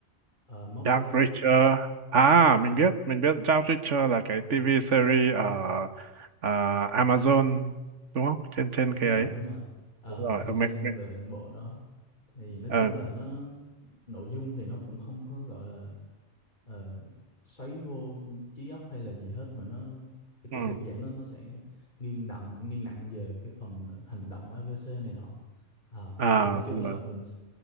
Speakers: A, on the left; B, on the right.
A: uh, Mobland?
B: Jack Reacher.
A: À,
B: À,
A: Ừ.
B: mình biết, mình biết Jack Reacher là cái TV series ở ờ, Amazon đúng không? Trên trên
A: đúng
B: cái
A: rồi,
B: ấy.
A: đúng rồi. Ờ,
B: đúng
A: mình
B: rồi
A: hay
B: ờ,
A: xem
B: mới, mới,
A: về những bộ đó. Thì nói
B: ờ,
A: chung là nó nội dung thì nó cũng không có gọi là ờ, xoáy vô trí óc hay là gì hết mà nó cái kiểu
B: ừ,
A: thuộc dạng nó nó sẽ nghiêng nặng nghiêng nặng về cái phần là hành động ABC này nọ. Ờ,
B: à,
A: thì nói chung
B: ừ,
A: là mình s-